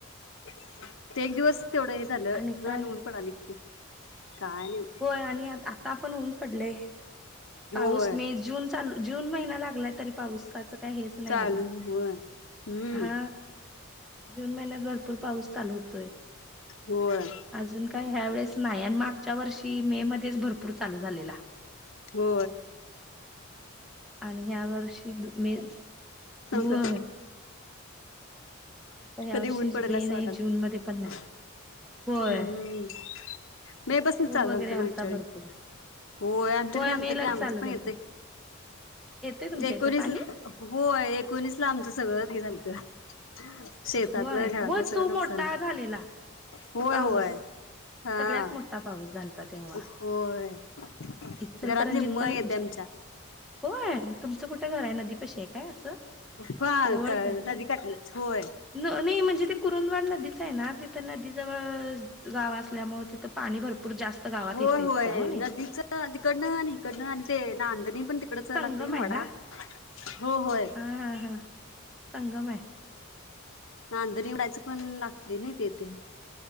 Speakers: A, on the left; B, in the centre.
A: ते एक दिवसच तेवढं हे झालंहऊन
B: आणि काय
A: पडली किती काय नहीं
B: होय आणि आता पण ऊन पडलेय पाऊस
A: होय
B: मे जून चालू जून महिना लागलाय तरी पाऊसाच काही हेच नाही
A: चालून
B: अजून
A: होय हम्म
B: हा जून महिन्यात भरपूर पाऊस चालू होतोय
A: होय
B: अजून काय ह्या वेळेस नाही आणि मागच्या वर्षी मे मध्येच भरपूर चालू झालेला
A: हो
B: आणि ह्या वर्षी मे होय
A: हो का
B: आता ह्या
A: कधी
B: वर्षी
A: ऊन पडला
B: मे
A: स्
B: नाही
A: वागत
B: जून मध्ये पण नाही
A: हम्म
B: होय
A: हम्म मी बसून
B: पूर
A: चालूल
B: वगैरे
A: तु
B: आलता
A: माझच्याळी
B: भरपूर
A: होय आमच्याकडे आलत
B: मेलाच
A: की आमचं
B: चालू झालत
A: पण येते
B: येतय तुमच्या
A: एकोणीस
B: इथं पाणी
A: होय एकोणीसला आमचं सगळं हे झालतं शेतातलं
B: होय
A: घरातलं
B: होय
A: सगळं
B: तो
A: नुकसान
B: मोठा झालेला
A: होय
B: पाऊस
A: होय हा
B: सगळ्यात मोठा पाऊस झालता तेव्हा
A: होय
B: इचलकरंजीत
A: घरातली मय
B: पण
A: आहे त्यांच्या
B: होय तुमचं कुठं घर आहे नदी पशी आहे काय असं
A: फा
B: जवळच
A: का
B: आहे काय?
A: नदी काटलाच होय
B: नाही म्हणजे ते कुरुंदवाड नदीच आहे ना ते तर नदी जवळ गावा मुळे तिथं पाणी भरपूर जास्त....
A: होय
B: येतेच
A: होय
B: त्या हो नाही.
A: नदीच तीकडनं आणि इकडनं आणि ते नांदणी पण..... इकडच
B: संगम
A: लागतय
B: आहे
A: वडा
B: ना
A: हो होय...
B: हा हा हा संगम आहे
A: नाधणी वयचं पण लागतय नाही तेथे...